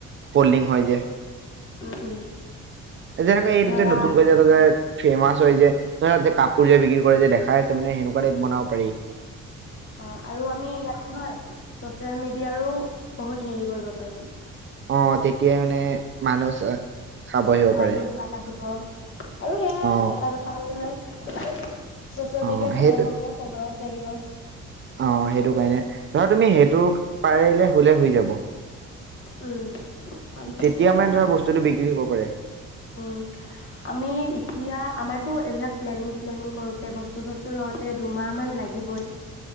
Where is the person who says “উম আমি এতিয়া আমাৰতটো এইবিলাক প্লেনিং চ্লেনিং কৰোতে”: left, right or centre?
Left